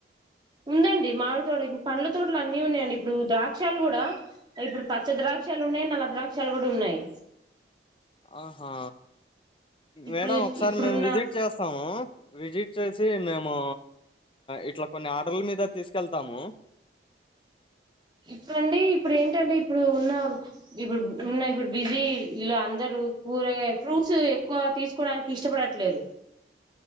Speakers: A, on the right; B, on the left.
A: ఉందండి మామిడి తోడ పంలు ోట్లు అన్నిీ ఉన్నాయిడి ఇప్పుడు ద్రాక్షాలు కూడా ఇప్పుడు పచ్చ ద్రాక్షాలు ఉన్నాయి నల్ల ద్రాక్షాలు కూడా ఉన్నాయి
B: ఆహా
A: ఇప్పుడు
B: మేడం ఒకసారి
A: ఇప్పుడున్న
B: మేము విజిట్ చేస్తాము విజిట్ వచ్చ మేము ఇట్లా కొన్ని ఆర్డర్ల మీద తీసుకెళ్తాము
A: ఇప్పుడుండి ఇప్పుడు ఏంటంటే ఇప్పుడు ఉన్న ఇప్పుడు ఉన్న ఇప్పుడు బిజీ ఇలా అందరుూ కూరగాయ ఫ్రూట్స్ ఎక్కువ తీసుకోవడానికి ఇష్టపడట్లేదు